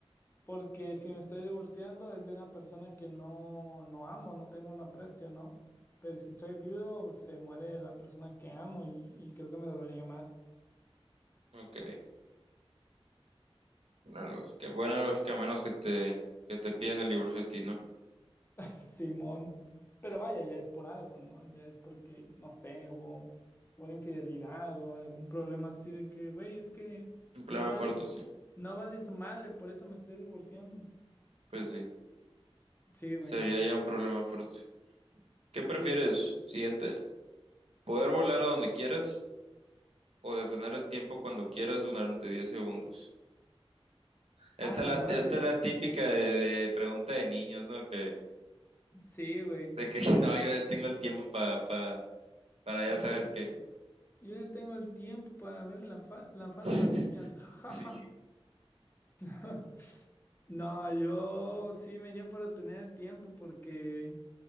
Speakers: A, on the left; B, on the right.
A: porque si me estoy divorciando es de una persona que no, no amo, no tengo un aprecio, ¿no? Pero si soy viudo, se muere la persona que amo y, y creo que me dolería más.
B: Ok. Una lógica, buena lógica, a menos que te, que te pidan el divorcio a ti, ¿no?
A: Simón. Pero vaya, ya es por algo, ¿no? Ya es porque, no sé, hubo hubo una infidelidad o algún problema así de que, güey, es que
B: Un problema
A: no vales,
B: fuerte, sí.
A: no vales madre, por eso me estoy divorciando.
B: Pues sí,
A: Sí, güey.
B: sería ya un problema fuerte. ¿Qué prefieres?
A: Sí.
B: Siguiente. ¿Poder volar a donde quieras o detener el tiempo cuando quieras durante 10 segundos? Esta
A: A la
B: es la,
A: madre.
B: esta es la típica de, de pregunta de niños, ¿no? Que,
A: Sí, güey.
B: de que <laughs> no, yo ya tengo el tiempo pa, pa- para ya
A: Yo,
B: sabes qué.
A: yo ya tengo el tiempo para ver la, fa- la falda
B: <laughs>
A: a las niñas. Ja,
B: Sí,
A: ja, ja. <laughs> No, yo sí me iría por tener el tiempo porque